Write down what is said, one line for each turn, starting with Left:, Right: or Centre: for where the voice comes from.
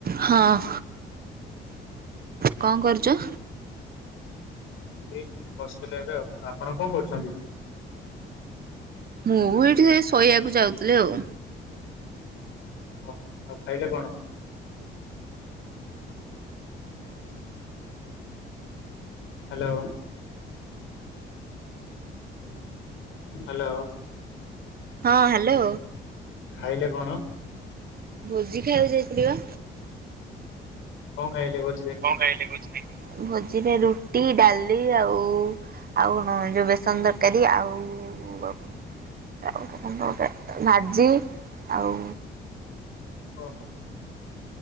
Right: ହଁ କଣ କରୁଚ?
Left: ଏଇ ବସିଥିଲି ଏବେ ଆଉ। ଆପଣ କଣ କରୁଛନ୍ତି?
Right: ମୁଁ ଏଇଠି ସେଇ ଶୋଇବାକୁ ଯାଉଥିଲି ଆଉ।
Left: ଓ ଆଉ ଖାଇଲେ କଣ? ହ୍ୟାଲୋ। ହ୍ୟାଲୋ।
Right: ହଁ ହ୍ୟାଲୋ।
Left: ଖାଇଲେ କଣ?
Right: ଭୋଜି ଖାଇବାକୁ ଯାଇଥିଲି ବା,
Left: କଣ ଖାଇଲେ ଭୋଜିରେ?
Right: କଣ ଖାଇଲେ ଭୋଜିରେ? ଭୋଜିରେ ରୁଟି, ଡାଲି, ଆଉ ଆଉ କଣ ଯୋଉ ବେସନ ତରକାରୀ, ଆଉ, ଆଉ କଣ <unintelligible> ଭାଜି ଆଉ,
Left: ଓହୋ,